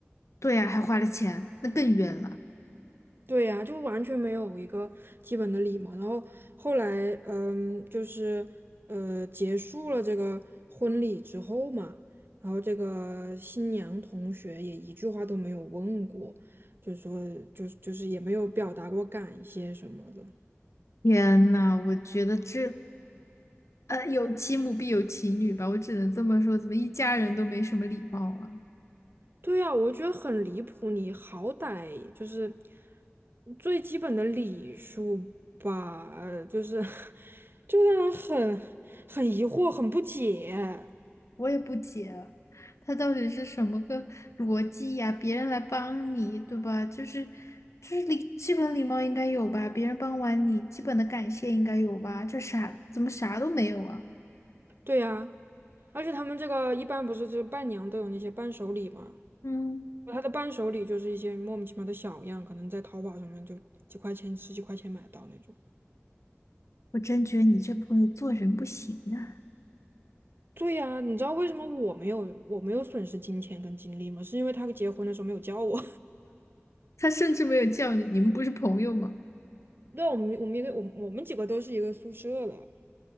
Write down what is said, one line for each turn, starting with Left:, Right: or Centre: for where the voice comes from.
Left: 对呀，还花了钱，那更冤了。
Right: 对呀，就完全没有一个基本的礼貌。然后后来，嗯，就是呃，结束了这个婚礼之后嘛，然后这个新娘同学也一句话都没有问过，就说就就是也没有表达过感谢什么的。
Left: 天呐，我觉得这呃有其母必有其女吧，我只能这么说，怎么一家人都没什么礼貌啊？
Right: 对呀，我觉得很离谱。你好歹就是最基本的礼数吧，呃就是 <laughs> 就让人很很疑惑、很不解。
Left: 我也不解啊，他到底是什么个逻辑呀？别人来帮你，对吧？就是就是礼，基本礼貌应该有吧？别人帮完你，基本的感谢应该有吧？这啥，怎么啥都没有啊？
Right: 对呀，而且他们这个一般不是就是伴娘都有那些伴手礼嘛，
Left: 嗯，
Right: 他的伴手礼就是一些莫名其妙的小样，可能在淘宝上面就几块钱、十几块钱买得到那种。
Left: 我真觉得你这朋友做人不行啊！
Right: 对呀，你知道为什么我没有我没有损失金钱跟精力吗？是因为他结婚的时候没有叫我。
Left: 他甚至没有叫你，你们不是朋友吗？
Right: 对啊我们我们一个我们我们几个都是一个宿舍了。